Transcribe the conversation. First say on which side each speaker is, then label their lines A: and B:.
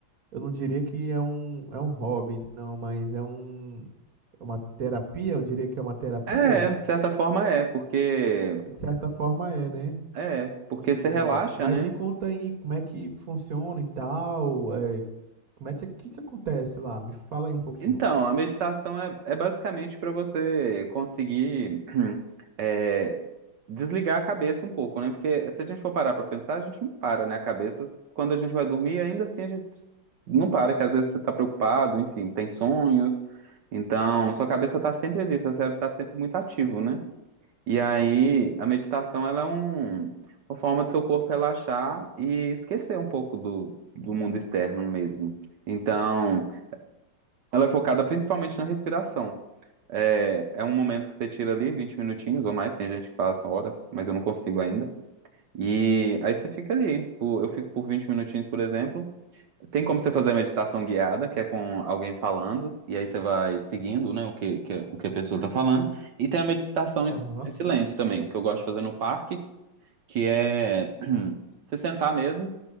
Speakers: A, on the right (about 45°); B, on the right (about 65°).
A: Eu não diria que é um, é um hobby, não, mas é um, é uma terapia, eu diria que é uma terapia.
B: É, de certa forma é, porque.
A: De certa forma é, né?
B: É, porque
A: E,
B: você relaxa,
A: mas
B: né?
A: me conta aí como é que funciona e tal, é, como é que, que que acontece lá? Me fala aí um pouquinho.
B: Então, a meditação é, é basicamente para você conseguir <clears throat> é, desligar a cabeça um pouco, né? Porque se a gente for parar para pensar, a gente não para, né? A cabeça, quando a gente vai dormir, ainda assim a gente não para, que às vezes você está preocupado, enfim, tem sonhos. Então, sua cabeça está sempre ali, seu cérebro está sempre muito ativo, né? E aí, a meditação, ela é um- uma forma do seu corpo relaxar e esquecer um pouco do, do mundo externo mesmo. Então. Ela é focada principalmente na respiração. É, é um momento que você tira ali 20 minutinhos ou mais, tem gente que faz horas, mas eu não consigo ainda. E aí você fica ali. por- Eu fico por 20 minutinhos, por exemplo. Tem como você fazer a meditação guiada, que é com alguém falando, e aí você vai seguindo, né, o que, que- o que a pessoa está falando. E tem a meditação em
A: Aham.
B: si- em silêncio também, que eu gosto de fazer no parque, que é <clears throat> você sentar mesmo